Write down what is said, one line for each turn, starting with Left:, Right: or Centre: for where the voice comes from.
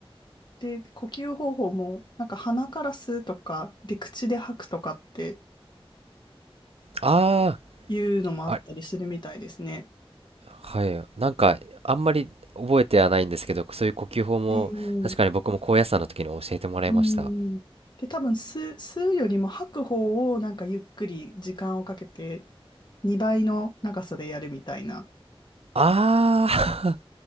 Left: で、呼吸方法も、なんか鼻から吸うとか、で、口で吐くとかって
Right: あ
Left: いうのもあったりするみたいですね。
Right: あ、あ、はい。なんか、あんまり覚えてはないんですけど、そういう呼吸法も、
Left: ええ
Right: 確かに僕も高野山の時に教えてもらいました。
Left: うん。で、多分吸う、吸うよりも吐く方をなんかゆっくり時間をかけて2倍の長さでやるみたいな
Right: ああ